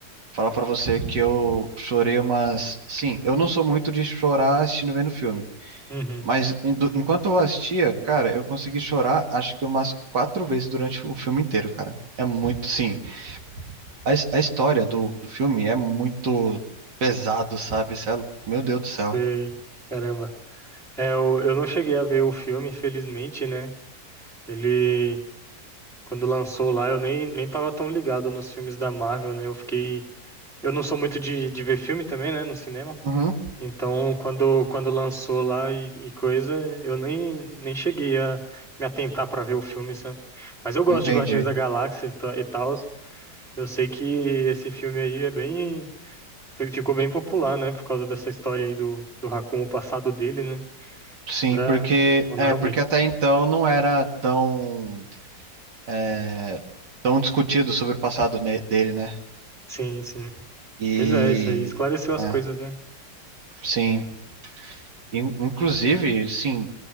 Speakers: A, on the right (about 70°); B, in the centre.
A: falar pra você que eu chorei umas. Sim, eu não sou muito de chorar assistindo vendo filme,
B: Uhum.
A: mas en- du- enquanto eu assistia, cara, eu consegui chorar acho que umas quatro vezes durante o filme inteiro, cara. É muito, sim. A, his- a história do, do filme é muito pesado, sabe? Cê é- Meu Deus do céu.
B: Sei. Caramba. É, eu, eu não cheguei a ver o filme, infelizmente, né? Ele, quando lançou lá, eu nem, nem tava tão ligado nos filmes da Marvel, né? Eu fiquei. Eu não sou muito de, de ver filme também, né? No cinema.
A: Uhum,
B: Então, quando, quando lançou lá e, e coisa, eu nem, nem cheguei a me atentar pra ver o filme, sabe? Mas eu gosto
A: entendi.
B: de Guardiões da Galáxia e tal. e tals. Eu sei que esse filme aí é bem. Fi- Ficou bem popular, né? Por causa dessa história aí do, do Raccoon, o passado dele, né? Os
A: Sim,
B: caras
A: porque
B: mandaram
A: é porque
B: bem.
A: até então não era tão é, tão discutido sobre o passado ne- dele, né?
B: Sim, sim.
A: E
B: Pois é, isso aí esclareceu as
A: é,
B: coisas, né?
A: sim, In- inclusive, sim,